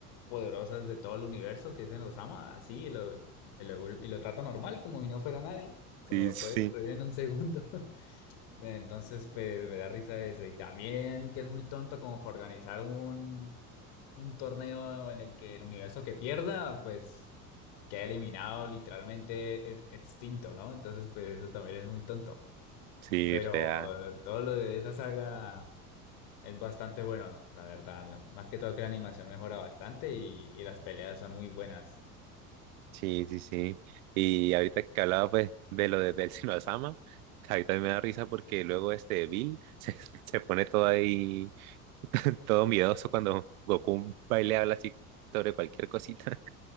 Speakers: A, on the left; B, on the right.
A: poderosas de todo el universo, que se nos ama así, y lo, y lo, y lo trata normal, como si no fuera nadie, cuando
B: Sí,
A: lo
B: sí,
A: puede destruir en un segundo. <laughs> Entonces, pues, me da risa eso. Y también que es muy tonto como para organizar un, un torneo en el que el universo que pierda, pues, queda eliminado, literalmente e- extinto, ¿no? Entonces, pues, eso también es muy tonto.
B: sí,
A: Pero
B: real.
A: todo lo de esa saga es bastante bueno, la verdad. Más que todo que la animación mejora bastante y, y las peleas son muy buenas.
B: Sí, sí, sí. Y ahorita que hablaba pues de lo de, del <laughs> Shinozama, ahorita me da risa porque luego este Bill <laughs> se, se pone todo ahí, <laughs> todo miedoso cuando Goku va y le habla así sobre cualquier cosita.